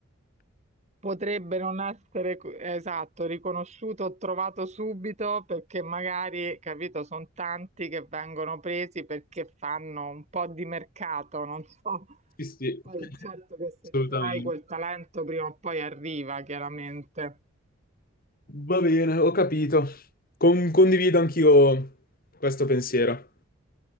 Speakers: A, on the right; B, on the left.
A: Potrebbe non essere co- esatto, riconosciuto o trovato subito perché magari, capito, sono tanti che vengono presi perché fanno un po' di mercato, non so.
B: Sì, sì,
A: Poi
B: <laughs>
A: certo che se
B: assolutamente.
A: ce l'hai quel talento prima o poi arriva, chiaramente.
B: Va bene, ho capito. Con- condivido anch'io questo pensiero.